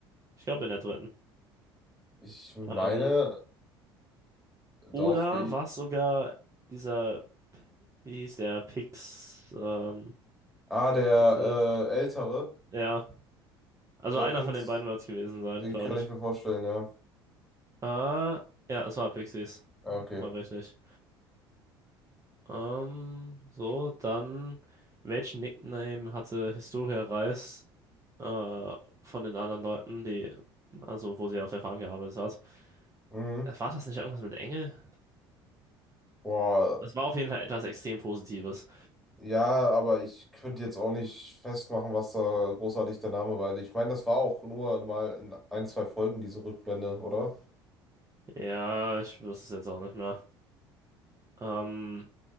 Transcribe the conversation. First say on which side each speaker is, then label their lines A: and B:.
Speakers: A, on the right; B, in the centre.
A: Ich glaube, in der dritten.
B: Ich meine
A: Ähm,
B: doch.
A: oder
B: i-
A: war es sogar dieser, wie hieß der, Pix, ähm,
B: Ah, der
A: Pixels?
B: äh, Ältere,
A: Ja, also
B: der
A: einer
B: könnt's,
A: von den beiden wird es gewesen sein,
B: den
A: glaube
B: kann
A: ich.
B: ich mir vorstellen, ja.
A: Äh, ja, es war Pixies.
B: Ja, okay.
A: War richtig. Ähm, so, dann, welchen Nickname hatte Historia Reis äh, von den anderen Leuten, die, also wo sie auf der Farm gearbeitet hat?
B: Mhm.
A: Äh, War das nicht irgendwas mit Engel?
B: Boah,
A: Das war auf jeden Fall etwas extrem Positives.
B: ja, aber ich könnte jetzt auch nicht festmachen, was da großartig der Name war. Ich meine, das war auch nur mal in ein, zwei Folgen diese Rückblende, oder?
A: Ja, ich wüsste es jetzt auch nicht mehr. Ähm,